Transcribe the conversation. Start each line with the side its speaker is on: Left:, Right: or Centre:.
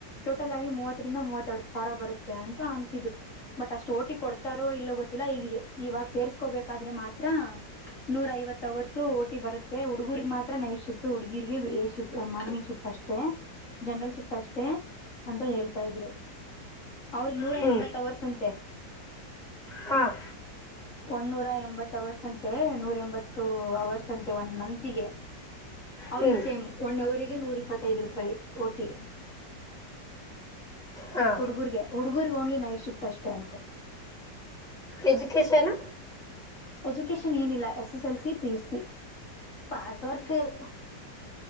Left: ಟೋಟಲ್ ಆಗಿ ಮೂವತ್ತರಿಂದ ಮೂವತ್ತೆರಡು ಸಾವಿರ ಬರುತ್ತೆ ಅಂತ ಅಂತಿದ್ರು ಬಟ್ ಅಷ್ಟು ಓಟಿ ಕೊಡ್ತಾರೋ ಇಲ್ಲೋ ಗೊತ್ತಿಲ್ಲ ಈ ಇವಾಗ ಸೇರ್ಸ್ಕೋಬೇಕಾದ್ರೆ ಮಾತ್ರ ನೂರ ಐವತ್ ಅವರ್ಸ ಓಟಿ ಬರುತ್ತೆ ಹುಡುಗೂರ್ರಿಗೆ ಮಾತ್ರ ನೈಟ್ ಶಿಫ್ಟ್ ಹುಡುಗರಿಗೆ್ಟ ಮಾರ್ನಿಂಗ್ ಶಿಫ್ಟ್ ಅಷ್ಟೇ ಜನರಲ್ ಸು್ಟ ಅಷ್ಟೇ ಅಂತ ಹೇಳ್ತಾ ಇದ್ರು ಅವ್ರಿಗೆ ನೂರ
Centre: ಹ್ಞೂ
Left: ಎಂಬತ್ ಅವರ್ಸಂತೆ
Centre: ಹಾಂ
Left: ಒಂದು ನೂರಎಂಬತ್ತು ಅವರ್ಸ್ ಅಂತೆ ನೂರ ಎಂಬತ್ತು ಅವರ್ಸ್ ಅಂತೆ ಒಂದು ಮಂತಿಗೆ ಅವ್ರಿಗೂ
Centre: ಹ್ಞೂ
Left: ಸೇಮ್ ಒನ್ ಅವರ್ ನೂರು ಇಪ್ಪತ್ತ ಐದು ರೂಪಾಯಿ ಓಟಿ
Centre: ಹಾಂ
Left: ಹುಡುಗುರ್ಗೆ ಹುಡುಗುರ್ ಓನ್ಲಿ ನೈಟ್ ಶಿಫ್ಟ್ ಅಷ್ಟೇ ಅಂತೆ
Centre: ಎಜುಕೇಶನ್
Left: ಎಜುಕೇಶನ್ ಏನಿಲ್ಲ S S L C P S C pass or fail